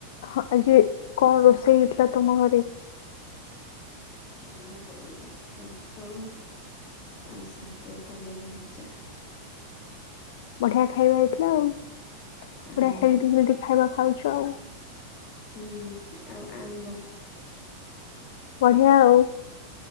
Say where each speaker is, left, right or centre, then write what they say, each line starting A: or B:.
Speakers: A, on the left; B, on the left.
A: ହଁ ଆଜି କଁ ରୋଷେଇ ହେଇଥିଲା ତମ ଘରେ?
B: ଆମର ଗରମ ପଖାଳ ଆତ ଆଉ ଶାଗ କଲରା ଭଜା।
A: ବଢିଆ ଖାଇବା ହେଇଥିଲା ଆଉ ପୁରା
B: ଆମ୍ବ
A: ହେଲ୍ଦି ହେଲ୍ଦି ଖାଇବା ଖାଉଚ ଆଉ।
B: ହୁଁ ଆଉ ଆମ୍ବ।
A: ବଢ଼ିଆ ଆଉ।